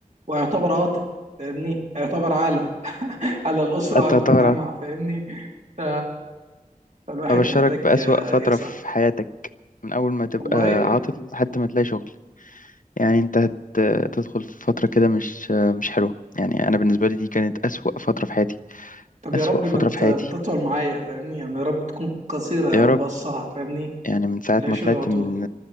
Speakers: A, on the right (about 55°); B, on the left (about 65°).
A: وهيعتبر عاطل فاهمني هيعتبر عالة على الأسرة
B: انت
A: على
B: طبعا
A: المجتمع فاهمني ف- فالواحد
B: ابشرك
A: محتاج
B: بأسوأ
A: آه،
B: فترة
A: يسعى
B: في حياتك من اول ما تبقى
A: والله
B: عاطل لحد ما تلاقي شغل يعني انت هت... تدخل في فترة كده مش مش حلوة يعني انا بالنسبة لي دي كانت أسوأ فترة في حياتي
A: طب
B: أسوأ
A: يا رب
B: فترة
A: ما
B: في
A: ت-
B: حياتي
A: ما تطول معايا فاهمني يعني يا رب تكون قصيرة يا
B: يا
A: رب
B: رب
A: أقصرها فاهمني
B: يعني من ساعة
A: لا
B: ما
A: شغل
B: طلعت
A: على طول
B: من